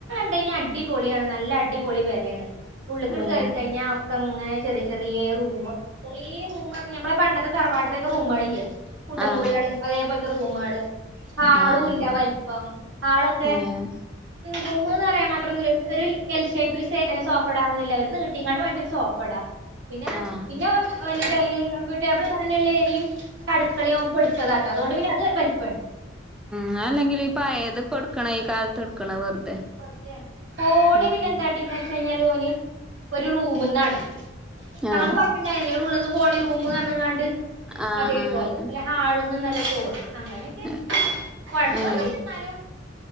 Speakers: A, on the right; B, in the centre.
A: പണി കഴിഞ്ഞ അടിപൊളിയാണ് നല്ല അടിപൊളി പരയാണ് ഉള്ളുക്കണ്
B: ഏഹ്
A: കയറിക്കഴിഞ്ഞ അങ്ങനെ ചെറിയ ചെറിയ റൂം ചെറിയ റൂമാന്ന് നമ്മെ പണ്ടത്തെ തറവാട്ടതേക്കെ റൂമുകളില്ലേ കുണ്ടമുറിയള്
B: ആഹ്
A: അതേപോലെ റൂംമാള് ആളുംല്ല
B: ആഹ്
A: വലിപ്പം ആളൊക്കെ
B: ആഹ് ഏഹ്
A: റൂമന്ന് പറയാൻ മാത്രമല്ല എൽഷേപ്പ <unintelligible> ഓഫാടാ പിന്നെ
B: ആഹ്
A: പിന്നെ വേന്ത ഇന് ടെബിൾ തെല്ല എരിയു അടുക്കളയും ഒപ്പ എടുത്തതാട്ടോ അതുകൊണ്ട് പിന്നെ അത് വലിപ്പമുണ്ട്
B: മ് അല്ലെങ്കിൽ പയത് ഇപ്പ എടുക്കണ ഈ കാലത്ത് എടുക്കണ വെറുതെ
A: വെറുതെയാണ് കോണി
B: ഉം
A: പിന്നെ <unintelligible> ഒരു റൂമന്നാണ് നമുക്ക്
B: ആഹ്
A: കുഴപ്പില്ലല്ലേ ഉള്ളും പോണ രൂമ ക കണ്ണ്ട്
B: ആഹ്
A: അതേപോലെ
B: ആഹ് അങ്ങനെ
A: അല്ല ഹാളൊന്നന്നല്ല പോന്നുന്നു അങ്ങനെയൊക്കെ
B: ഏഹ്
A: കൊഴപ്പൊന്നല്ലാലോ
B: ഏഹ്